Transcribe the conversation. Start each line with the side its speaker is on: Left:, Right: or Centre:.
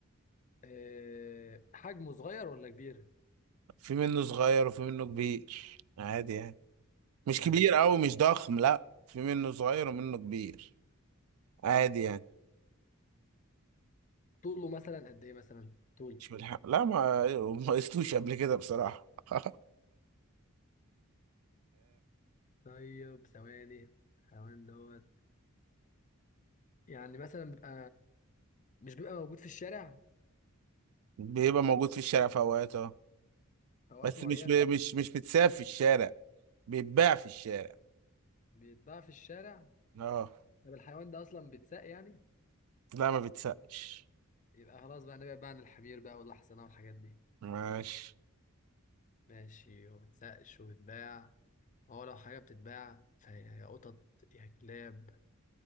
Left: إيه حجمه صغير ولا كبير
Right: في منه صغير وفي منه كبير عادي يعني مش
Left: يعني
Right: كبير أوي
Left: كو-
Right: مش ضخم لا في منه صغير ومنه كبير عادي
Left: مم.
Right: يعني
Left: طوله مثلا قد إيه مثلا طول
Right: مش بالحق لا ما ما قستوش قبل كده بصراحة <laughs>
Left: طيب ثواني حيوان دوت يعني مثلا بيبقى مش بيبقى موجود في الشارع
Right: بيبقى موجود في الشارع في اوقات اه
Left: في اوقات
Right: بس
Left: معينه
Right: مش بي... مش مش متساب في الشارع بيتباع في الشارع
Left: بيتباع في الشارع
Right: اه
Left: طب الحيوان ده اصلا بيتساق يعني
Right: لا ما بيتسابش
Left: يبقى خلاص بقى نبعد بقى عن الحمير بقى والاحصنه والحاجات دي
Right: ماشي
Left: ماشي وما بيتسقش وبيتباع هو لو حاجه بتتباع فهي يا قطط يا كلاب